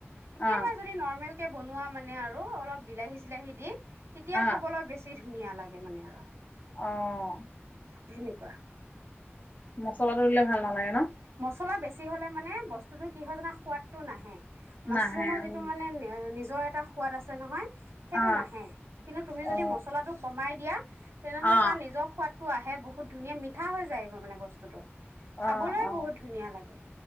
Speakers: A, on the right (about 85°); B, on the left (about 40°).
A: একেবাৰে
B: অ
A: যদি নৰ্মেল কে বনোৱা মানে আৰু অলপ বিলাহী-চিলাহী দি তেতিয়া
B: অ
A: খাবলৈ বেছি ধুনীয়া লাগে মানে আৰু
B: অ'
A: সেনেকুৱা
B: মছলাটো দিলে ভাল নালাগে ন?
A: মছলা বেছি হ'লে মানে বস্তুতো কি হয় জানা সোৱাদটো নাহে। মাছৰুমৰ
B: নাহে
A: যিটো
B: উম
A: মানে এ-নি <inaudible> এটা সোৱাদ আছে নহয়। সেইটো
B: অ
A: নাহে, কিন্তু তুমি যদি
B: অ
A: মছলাটো কমাই দিয়া তেনেহ'লে
B: অ
A: তাৰ নিজৰ সোৱাদ টো আহে বহুত ধুনীয়া মিঠা হৈ যায় ম-মানে বস্তুটো। খাবলৈ
B: অ, অ'
A: বহুত ধুনীয়া লাগে,